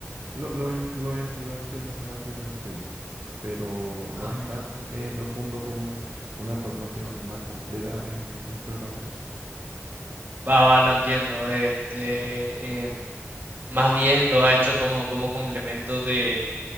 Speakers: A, on the right (about 75°); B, on the right (about 45°).
A: Lo, lo, en- lo en- lo entiendo relativamente bien, pero no
B: Ah,
A: es
B: mira.
A: tan eh, profundo como una formación más completa en, en programación.
B: Va, va, lo entiendo. Este, em, más bien los ha hecho como, como complemento de,